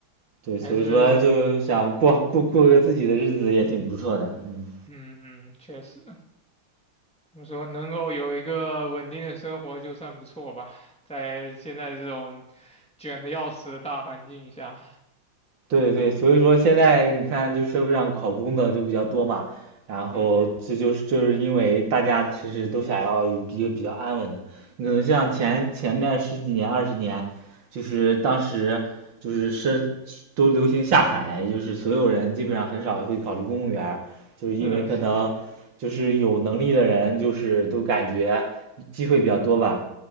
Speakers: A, on the right; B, in the centre.
A: 对，所以说就想过过过个自己的日子也挺不错的，
B: 还是，
A: 嗯，
B: 嗯嗯，确实，怎么说，能够有一个稳定的生活就算不错吧，在现在这种卷的要死的大环境下，
A: 对对，所以说现在你看，就社会上考公的就比较多嘛，然后这就是就是因为大家其实都想要一个比较安稳的，
B: 嗯，
A: 你可能像前前面十几年二十年，就是当时就是是都流行下海，就是所有人基本上很少会考虑公务员儿就是因为可能就是有能力的人就是都感觉机会比较多吧。
B: 是的，是的。